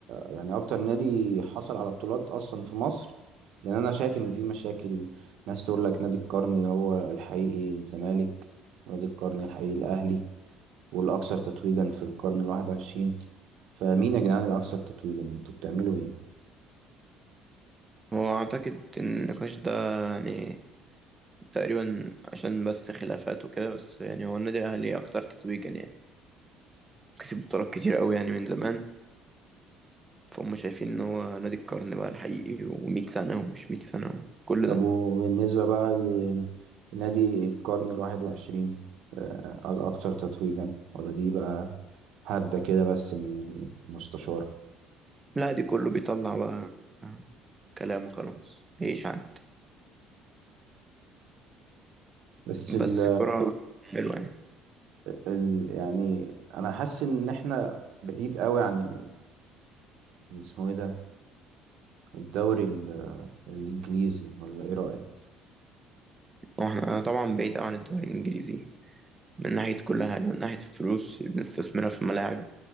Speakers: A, on the right; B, on the right.
A: يعني اكتر نادي حصل على بطولات اصلا في مصر لان انا شايف ان في مشاكل ناس تقول لك نادي القرن هو الحقيقي الزمالك ونادي القرن الحقيقي الاهلي والأكثر تتويجا في القرن الواحد وعشرين فمين يا جدعان الأكثر تتويجا انتوا بتعملوا ايه؟
B: هو أعتقد إن النقاش ده يعني تقريبا عشان بس خلافات وكده بس يعني هو النادي الأهلي أكتر تتويجا يعني كسب بطولات كتير أوي يعني من زمان فهم شايفين ان هو نادي القرن بقى الحقيقي و100 سنة ومش 100 سنة وكل
A: طب
B: ده
A: وبالنسبة بقى لنادي القرن الواحد وعشرين آه، الأكثر تتويجا ولا دي بقى هبدة كده بس من المستشار
B: لا دي كله بيطلع بقى كلام وخلاص ايش عن
A: بس ال
B: بس كرة حلوة يعني
A: ال يعني أنا حاسس إن إحنا بعيد قوي عن ال- اسمه إيه ده الدوري ال- الإنجليزي ولا إيه رأيك؟
B: واحنا طبعا بعيد أوي عن الدوري الإنجليزي من ناحية كل حاجة من ناحية الفلوس اللي بنستثمرها في الملاعب